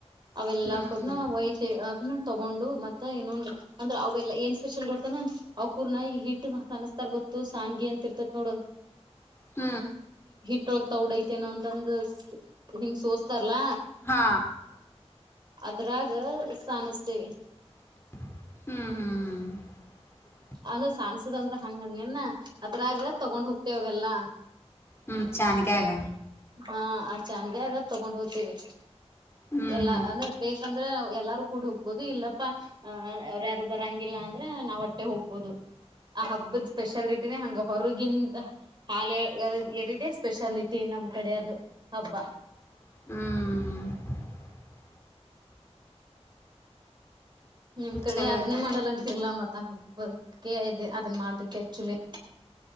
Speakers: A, on the right; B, on the left.
A: ಅವೆಲ್ಲಾ
B: ಹ್ಮ್
A: ಕೂರ್ನ ವೈಟೆ ಅದನ್ನ ತಗೊಂಡು ಮತ್ತ್ ತ್ತ್ ಇನ್ನೊಂದ ಅಂದ್ರೆ ಅವೆಲ್ಲ ಏನ್ ಸ್ಪೆಷಲ್ ಗೊತ್ತನ ಅವಕೂರ್ ನ ಈ ಹಿಟ್ ಅನುಸ್ತಾರ ಗೊತ್ತು ಸಾಂಗಿ ಅಂತ ರ್ತಿತ್ ನೋಡು
B: ಹ
A: ಟ್ಟೋಗ ತೊಡೈತೆೇನ ಅಂತಂದು ಹಿಂಗ್ ಸೋಸ್ತಾರಲ್ಲ
B: ಹಾ
A: ಅದ್ರಾಗ ಸಾನಿಸತ್ತೀವಿ
B: ಹ್ಮ್ ಹ್ಮ್ ಹ್ಮ್
A: ಅದು ಸನ್ಸದಂತ ಹಂಗಂದ ನೆನ್ ಅದ್ರಾಗ ತಗೊಂಡ್ ಹೋಗ್ತೀತ್ವಿ ಅವೆಲ್ಲಾ
B: ಹ್ಮ್ ಚಾನಿಕ್ಯಾಗ
A: ಹಾ ಆ ಚಾನಕ್ಯಾಗ ತಗೊಂಡ್ ಹೋಗ್ತೀವಿ
B: ಹ್ಮ್
A: ಎಲ್ಲಾ
B: ಹ್ಮ್
A: ಅಂದ್ರೆ ಬೇಕು ಅಂದ್ರೆ ಎಲ್ಲಾರು ಕೂಡ ಹೋಗ್ಬೋದು ಇಲ್ಲಪ್ಪಾ ಅ ಅವ್ರ ಯಾರು ಬರಂಗಿಲ್ಲ ಅಂದ್ರೆ ನಾವಟ್ಟೆ ಹೋಗ್ಬೋದು. ಆ ಹಬ್ಬದ ಸ್ಪೆಷಾಲಿಟಿನೇ ಹಂಗ ಹೊರಗಿಂದ ಹಾಲೆ ಎರ್ ಎರಡೇ ಸ್ಪೆಷಾಲಿಟಿ ನಮ್ ಕಡೆ ಅದು ಹಬ್ಬ
B: ಹ್ಮ್
A: ನಿಮ್ ಕಡೆ
B: ಚಲೋ
A: ಅದನ್ನೇ
B: ಐತಿ
A: ಮಾಡಲ್ಲಂತಿಯಲ್ಲ ಮತ್ತೆ ಹಬ್ಬಕ್ಕೆ ಇದೆ ಅದನ್ನ ಮಾಡಬೇಕ್ ಆಕ್ಚುಲಿ